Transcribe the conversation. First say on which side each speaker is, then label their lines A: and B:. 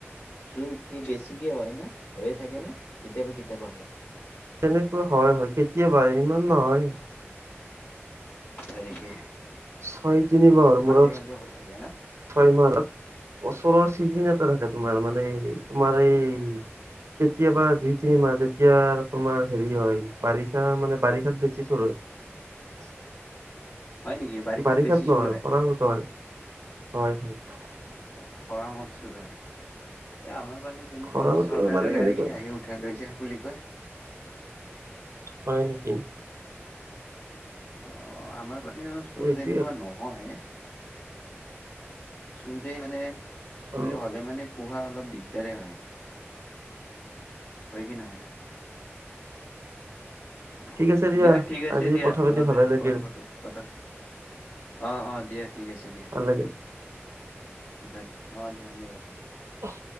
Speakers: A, on the left; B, on the right.
A: চোৰ কি বেছিকে হয় নে, হৈয়ে থাকে নে কেতিয়াবা, কেতিয়াবা হয়।
B: এনেকুৱা হয় হয় কেতিয়াবা ইমান নহয়
A: হয় নেকি
B: ছয় তিনি বাৰ
A: মাজে
B: মূৰত
A: মাজে হৈ থাকে ন
B: ছয় মাহত ওচৰৰ চিজন এটা থাকে তোমাৰ মানে তোমাৰ এই কেতিয়াবা দুই তিনি মাজে এতিয়া তোমাৰ হেৰি হয় বাৰিষা মানে বাৰিষাত বেছি চোৰ হয়
A: হয় নেকি
B: বাৰিষাত
A: বেছি চুৰ
B: নহয়
A: হয়
B: খৰাংত হয় হয় হয়
A: অ খৰাঙত চোৰ হয় এই আমাৰ তেনেকুৱা
B: খৰাঙত
A: চৰকাৰে
B: মানে
A: গাড়ী
B: সেনেকুৱাই
A: আহি উঠাই লৈ য বুলি কয়
B: হয় নেকি
A: অ আমাৰ মানেও চোৰ
B: এইটোয়ে
A: তেনেকুৱা
B: আৰু
A: নহয় চোৰে মানে চৰি
B: অ
A: হ'লে মানে পোহা অলপ দিগদাৰে হয় হয় কি নহয় অ
B: ঠিক আছে
A: দিয়া ঠিক আছে
B: আজি
A: দিয়া
B: কথা পাতি
A: তোমাৰ
B: ভালে
A: পিছত
B: লাগিল
A: কথা পা কথা আহ অ দিয়া ঠিক আছে দিয়া।
B: ভাল লাগিল।
A: ধন অ ধন্যবাদ।
B: আহ